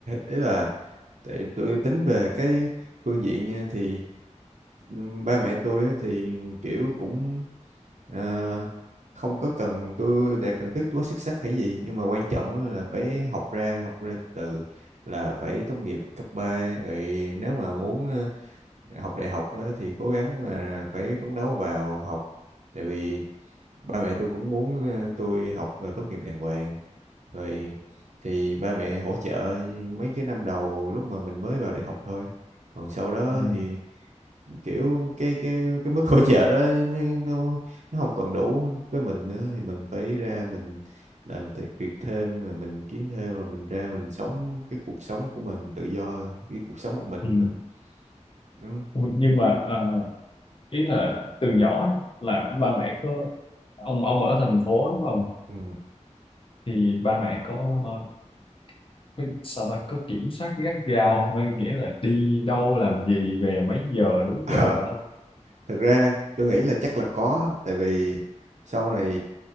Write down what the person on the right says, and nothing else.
là tại tôi tính về cái phương diện nha thì ừm, ba mẹ tôi á thì kiểu cũng à, không có cần tôi đạt thành tích quá xuất sắc hay gì nhưng mà quan trọng á là phải học ra học ra từ là phải tốt nghiệp cấp 3 rồi nếu mà muốn ờ, học đại học á thì cố gắng là phải phấn đấu vào học tại vì ba mẹ tôi cũng muốn ờ, tôi học và tốt nghiệp đàng hoàng rồi thì ba mẹ hỗ trợ mấy cái năm đầu lúc mà mình mới vào đại học thôi còn sau đó
thì kiểu cái cái cái mức <laughs> hỗ trợ đó nó nó không còn đủ với mình nữa thì mình phải ra mình làm thiệt việc thêm rồi mình kiếm thêm rồi mình ra mình sống cái cuộc sống của mình tự do hơn cái cuộc sống một mình
của mình ừ.
Ừ.
Ờ,
thật ra tôi nghĩ là chắc là có tại vì sau này